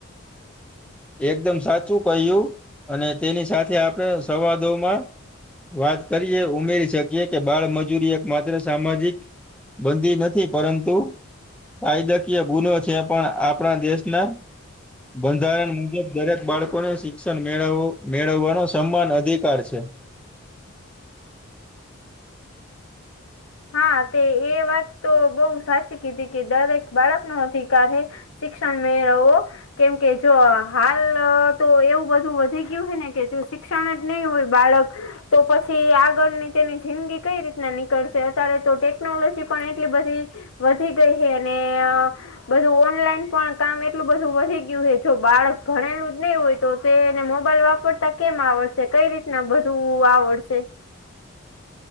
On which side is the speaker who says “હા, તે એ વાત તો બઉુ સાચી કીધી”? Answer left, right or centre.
Left